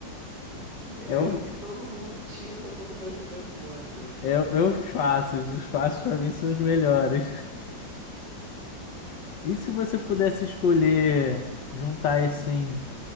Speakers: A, on the right (about 65°); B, on the left (about 75°).
A: É
B: É, o,
A: o que todo mundo tilta quando vai jogar contra.
B: é, é os fáceis, os fáceis pra mim são os melhores. E se você pudesse escolher juntar assim